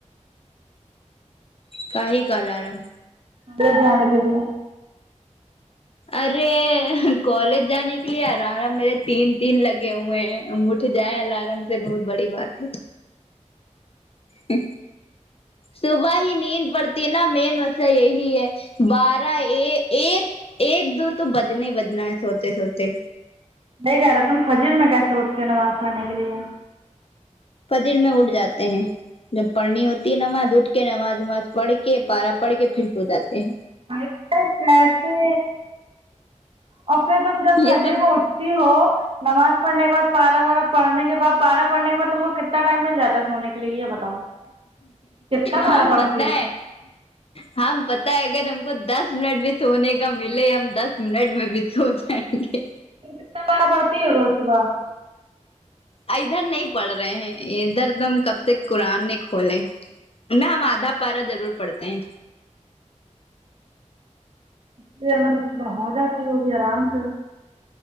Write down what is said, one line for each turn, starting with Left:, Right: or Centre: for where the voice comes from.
Left: کا ہے کا الارم
Right: لے جانے کے لیے
Left: ارے کالج جانے کے لیے الارم ہے نا میرے تین تین لگے ہوئے ہیں اٹھ جائیں الارم سے بہت بڑی بات ہے ہ صبح ہی نیند پڑتی نا مین مسئلہ یہی ہے بارہ ا ایک ایک دو تو بجنے ہی بجنا ہے سوتے سوتے
Right: نہیں کہہ رہا تم فجر میں کیسے اٹھتے ہو نماز پڑھنے کے لیے
Left: فجر میں اٹھ جاتے ہیں جب پڑھنی ہوتی ہے نماز اٹھ کے نماز وماز پڑھ کے پارا پڑھ کے پھر سو جاتے ہیں
Right: ایسا کیسے اور پھر تم جب فجر
Left: یہ سب
Right: میں اٹھ تی ہو نماز پڑھنے بعد پارہ وارا پڑھنے کے بعد پارا پڑنے کے بعد تم کو کتنا ٹائم مل جاتا ہے سونے کے لیے یہ بتاؤ کتنا
Left: ہاں
Right: پارا
Left: ہمیں
Right: پڑتی
Left: پتا
Right: ہو
Left: ہے ہاں ہمیں پتا ہے اگر ہم کو دس منٹ بھی سونے کا ملے ہم دس منٹ میں بھی سو جائیں گے
Right: کے کتنا پارہ پڑھتی ہے روز صبح
Left: ادھر نہیں پڑھ رہے ہیں ادھر تم کب سےکی قرآن نہیں کھولے ورنہ ہم آدھا پارہ ضرور پڑھتے ہیں
Right: دیر مطلب صبح ہو جاتی ہوگی آرام سے